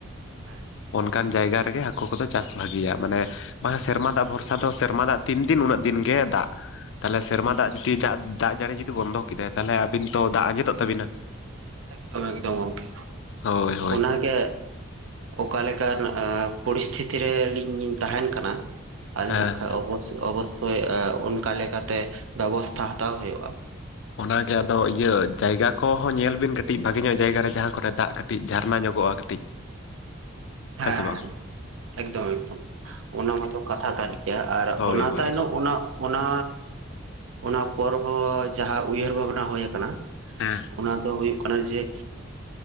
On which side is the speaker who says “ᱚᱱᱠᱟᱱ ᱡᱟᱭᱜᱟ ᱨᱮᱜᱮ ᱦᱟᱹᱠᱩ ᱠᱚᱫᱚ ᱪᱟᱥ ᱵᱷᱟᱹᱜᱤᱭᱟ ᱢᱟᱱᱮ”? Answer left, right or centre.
Left